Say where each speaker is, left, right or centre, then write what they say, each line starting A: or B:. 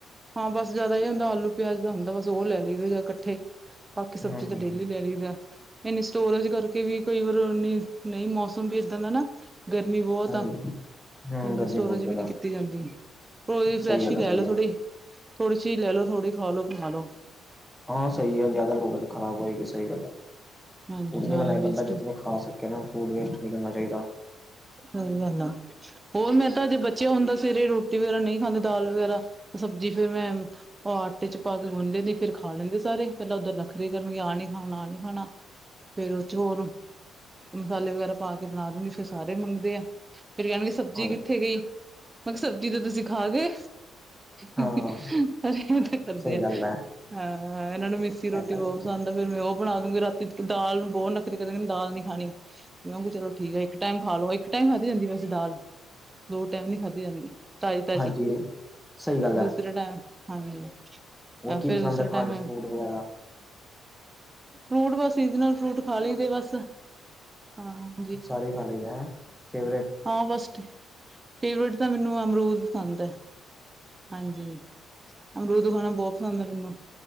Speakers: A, on the right; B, in the centre.
A: ਹਾਂ, ਬਸ ਜ਼ਿਆਦਾ ਇਹ ਹੁੰਦਾ ਆਲੂ, ਪਿਆਜ਼ ਦਾ ਹੁੰਦਾ। ਬਸ ਉਹ ਲੈ ਲਈਦੇ ਆ ਕੱਠੇ। ਬਾਕੀ ਸਬਜ਼ੀ
B: ਹੂੰ ਹੂੰ
A: ਤਾਂ ਡੇਲੀ ਲੈ ਲਈਦਾ। ਇੰਨੀ ਸਟੋਰੇਜ ਕਰਕੇ ਵੀ ਕਈ ਵਾਰ ਨੀ, ਨਹੀਂ ਮੌਸ ਹੁੰਦੀ ਏਦਾਂ ਦਾ ਨਾ। ਗਰਮੀ ਬਹੁਤ
B: ਹਾਂਜੀ,
A: ਆ
B: ਹੂੰ
A: ੲੈਨੀ
B: ਗਰਮੀ
A: ਸਟੋਰੇਜ
B: ਬਹੁਤ ਜ਼ਿਆਦਾ
A: ਵੀ ਨੀ ਕੀਤੀ ਜਾਂਦੀ। ਓਈ ਫਰੈਸ਼
B: ਸਹੀ ਗੱਲ
A: ਈ ਲੈਲੋ
B: ਆ ਸਹੀ ਗੱਲ
A: ਥੋੜੀ।
B: ਆ
A: ਥੋੜ੍ਹੀ ਚੀਜ਼ ਲੈਲੋ, ਥੋੜੀ ਖਾ ਲੋ, ਫਿਲਹਾਲ ਓ।
B: ਆਂ ਸਹੀ ਐ। ਜ਼ਿਆਦਾ ਲੋਗੇ ਤਾਂ ਖ਼ਰਾਬ ਹੋਏਗੀ, ਸਹੀ ਗੱਲ ਐ।
A: ਹਾਂਜੀ
B: ਉਤਨੀ
A: ਹਾਂ
B: ਬਣਾਏ
A: ਵੇਸਟ
B: ਬੰਦਾ ਜਿਤਨੀ ਖਾ ਸ ਕਹਿਦੇ ਨ ਫੂਡ ਵੇਸਟ ਨੀ ਕਰਨਾ ਚਾਹੀਦਾ।
A: ਸਹੀ ਗੱਲ ਆ। ਹੋਰ ਮੈਂ ਤਾਂ ਜੇ ਬੱਚੇ ਹੁੰਦਾ ਸਵੇਰੇ ਰੋਟੀ ਵਗੈਰਾ ਨਹੀਂ ਖਾਂਦੇ। ਦਾਲ ਵਗੈਰਾ, ਸਬਜ਼ੀ ਫਿਰ ਮੈਂ ਉਹ ਆਟੇ 'ਚ ਪਾ ਕੇ ਗੁੰਨ ਦੇਨੀ, ਫਿਰ ਖਾ ਲੈਂਦੇ ਸਾਰੇ। ਪਹਿਲਾਂ ਉਦਾਂ ਨਖ਼ਰੇ ਕਰਨਗੇ। ਆਹ ਨੀ ਖਾਣਾ, ਆਹ ਨੀ ਖਾਣਾ। ਫੇਰ ਉਚ ਹੋਰ ਹੁਣ, ਮਸਾਲੇ ਵਗੈਰਾ ਪਾ ਕੇ ਬਣਾਦੂੰ ਨੀ ਫਿਰ ਸਾਰੇ ਮੰਗਦੇ ਆ। ਫਿਰ ਕਹਿਣਗੇ ਸਬਜ਼ੀ
B: ਹਾਂ
A: ਕਿੱਥੇ ਗਈ। ਮੈਂ ਕਿਹਾ ਸਬਜ਼ੀ ਤੇ ਤੁਸੀਂ ਖਾ ਗੇ। ਹਜੇ
B: ਹਾਂ
A: ਵੀ ਏਡੇ ਗੰਦੇ
B: ਸਹੀ
A: ਆ।
B: ਗੱਲ ਹੈ
A: ਐ, ਇਹਨਾਂ ਨੂੰ ਮਿੱਸੀ ਰੋਟੀ
B: ਏਦਾਂ
A: ਬਹੁਤ
B: ਹੀ ਹੈ।
A: ਪਸੰਦ ਤਾਂ ਫਿਰ ਮੈਂ ਉਹ ਬਣਾਦੂੰਗੀ। ਰਾਤੀ ਦਾਲ ਨੂੰ ਬਹੁਤ ਨਖ਼ਰੇ ਕਰਨਗੇ। ਦਾਲ ਨੀ ਖਾਣੀ ਮੈ ਆਂਗੂ, ਚਲੋ ਠੀਕ ਐ, ਇੱਕ ਟੈਂਮ ਖਾ ਲੋ। ਇੱਕ ਟੈਂਮ ਖਾਧੀ ਜਾਂਦੀ ਵੈਸੇ ਦਾਲ। ਦੋ ਟੈਂਮ ਨੀ ਖਾਧੀ ਜਾਂਦੀ। ਤਾਜ਼ੀ-ਤਾਜ਼ੀ।
B: ਹਾਂਜੀ ਸਹੀ ਗੱਲ
A: ਦੂਸਰੇ
B: ਹੈ
A: ਟਾਈਮ, ਹਾਂਜੀ।
B: ਹੋਰ ਕੀ
A: ਫੇਰ
B: ਪਸੰਦ
A: ਦੂਸਰੇ
B: ਹੈ ਖਾਣੇ
A: ਟਾਈਮ
B: ਚ ਫੂਡ ਵਗੈਰਾ
A: ਫਰੂਟ ਦਾ ਸੀਜਨ ਆ। ਫਰੂਟ ਖਾ ਲੀ ਦੇ ਬਸ ਆਹੋ।
B: ਸਾਰੇ ਈ ਖਾ ਲਈ ਦੇ ਹੈਂ। ਫੇਵਰੇਟ
A: ਹਾਂ ਬਸ, ਫੇਵਰੇਟ ਤਾਂ ਮਿਨੂੰ ਅਮਰੂਦ ਪਸੰਦ ਐ, ਹਾਂਜੀ। ਅਮਰੂਦ ਮੈ ਨਾ ਬਹੁਤ ਪਸੰਦ ਐ ਮਿਨੂੰ।